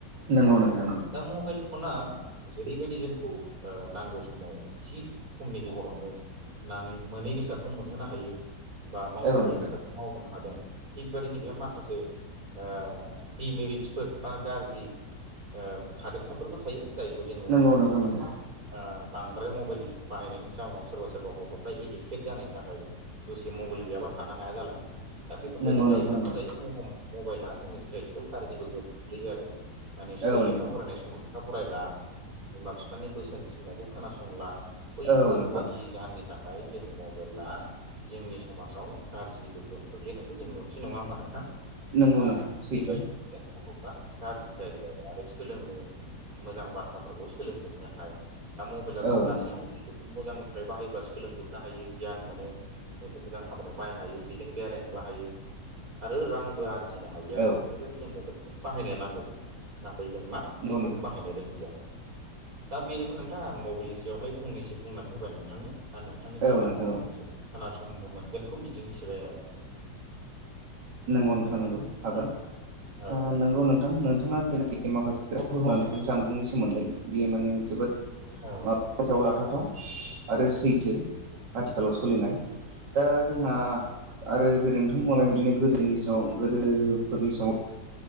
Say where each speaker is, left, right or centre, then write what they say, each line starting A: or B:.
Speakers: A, on the right; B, on the right.
A: नंगौ नोंथां नोंगौ।
B: दा मबाइल फना जेरैबायदि जोंखौ ओ नांगौ समाव थि समनि गेजेरावनो नाङै मोनै बेसादखौ मोनहोनो हायो बा मावनो
A: औ
B: हायै
A: नोंथां
B: बेसादखौ मावहोनो हादों थिग बेबादि नैबहा माखासे दिडमेरिट्सफोर बा गाज्रि ओ थादेरसाफोरबो थायो जायखौ जोङो
A: नंगौ नोंथां
B: नुनो मोनो।
A: नंगौ
B: आ बांद्राय मबाइल बाहायनायनि जाउनाव सोरबा सोरबा गथ'फ्रा एडिक्टेड जानायनि थाखाय दसे मबाइल गैयाबा थानो हाया जालाङो। दा बेफोरबायदि
A: नंगौ
B: जायोब्ला
A: नोंथां नंगौ
B: मा जायो म' मबाइला जोंनि सिनायथियाव गाज्रिबो गोग्लैयो आरो। माने बिसोरो
A: औ
B: लेखा
A: नोंथां
B: फरायनाय समाव लेखा फरायला बिमा बिफानि बोसोन थिननायखौ खोनासंला बैफोरबायदि
A: औ नोंथां
B: जाहोननि थाखाय जोंनि मबाइला जोंनि समाजाव गाज्रि गोहोम खोलैनायखौ जों मोनसे नङा होमबा नोंथां
A: नंगौ
B: दा
A: नोंथां सैथो
B: बेबायदियैनो गथ' बा गाज्रि जायो आरो। आरो सोलोंनो मोजां बाथ्राफोरखौ सोलोंजोबनो हाया। दा मबेलाथ'
A: औ
B: नों गसिबो
A: नोंथां
B: बुस <unintelligible> मोजांनि थाखाय बाहायोब्ला सोलोंजोबनो हायो गियान मोनो मैखौ मोजां खामानियाव बाहायनो हायो बेजों बेरायनोबो हायो। आरो रांबो आरजिनो हायो आरो
A: औ
B: बेबायदि जों मबाइलखौ बाहायनो नांगौमोन। नाथाय जों मा
A: नंगौ
B: बेखौ
A: नोंथां
B: बाहायनो रोंदिया। दा बेनोमोन नोंथां आं मबाइलनि सायावहाय फंनसो बुंनानै होबाय नोंथांनो दा नोंथांनि फ्रायबो
A: औ नोंथां
B: आङो
A: औ
B: फंनैसो खोनासंनो मोनगोनखौ मिजिं थिबाय आरो।
A: नंगौ नोंथां नोंगौ हागोन
B: औ औ
A: ओ नोंगौ नोंथां नोंथाङा जेनाखि माखासे खोथाफोर बुं जानबुंनि सोमोन्दै बियो माने जोबोद
B: औ।
A: माबा गोसोआव लाथाथाव आरो सैथो आथिखालाव सोलिनाय। दा जोंहा आरो जेरै नोंथां बुंनाय बिदिनो गोदोनि समाव गोदोफोरनि समाव